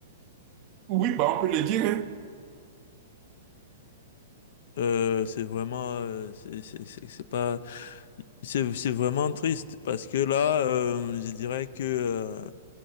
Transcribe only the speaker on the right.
Oui, bah, on peut le dire, hein.